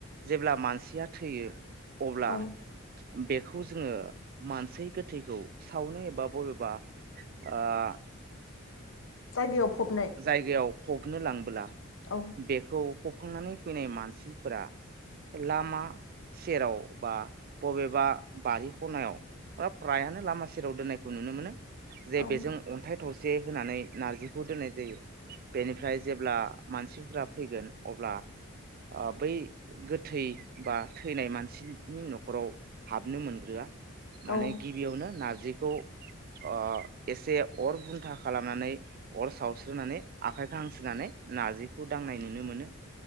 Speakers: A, on the right; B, on the left.
A: जेब्ला मानसिया थैयो। अब्ला
B: औ
A: बेखौ जोङो मानसि गोथैखौ सावनो एब बा बबेबा ओह
B: जायगायाव फबनाय
A: जायगायाव फबनो लांबोला
B: औ
A: बेखौ फबखांनानै फैनाय मानसिफोरा लामा सेराव बा बबेबा बारि खनायाव ओब फ्रायानो लामा सेराव दोननायखौ नुनो मोनो। जे
B: औ
A: बेजों अन्थाइ थरसे होनानै नारजिखौ दोननाय जायो बेनिफ्राय जेब्ला मानसिफोरा फैगोन अब्ला ओ बै गोथै बा थैनाय मानसिनि न'खराव हाबनो मोनग्रोआ माने
B: औ
A: गिबियावनो नाज जिखौ ओ एसे अर बुन्था खालामनानै अर सावस जुनानै आखाइखौ हांस्रोननानै नारजिखौ दांनाय नुनो मोनो